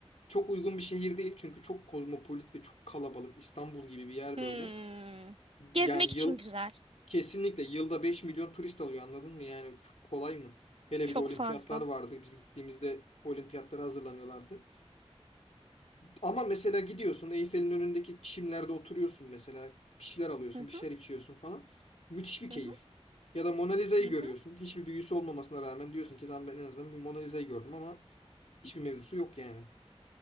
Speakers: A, on the left (about 80°); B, on the right (about 60°).
A: çok uygun bir şehir değil. Çünkü çok kozmopolit ve çok kalabalık. İstanbul gibi bir yer
B: Hmm.
A: böyle.
B: Gezmek
A: Yani
B: için
A: yıl
B: güzel.
A: Kesinlikle yılda 5 milyon turist alıyor anladın mı? Yani çok kolay mı? Hele
B: Çok
A: bir de olimpiyatlar
B: fazla.
A: vardı. Biz gittiğimizde olimpiyatlara hazırlanıyorlardı. Ama mesela gidiyorsun Eyfel'in önündeki çimlerde oturuyorsun mesela. Bir şeyler alıyorsun,
B: Hı
A: bir şeyler
B: hı,
A: içiyorsun falan. Müthiş bir keyif.
B: hı hı,
A: Ya da Mona Lisa'yı
B: hı hı.
A: görüyorsun. Hiçbir büyüsü olmamasına rağmen diyorsun ki lan ben en azından bir Mona Lisa'yı gördüm ama hiçbir mevzusu yok yani.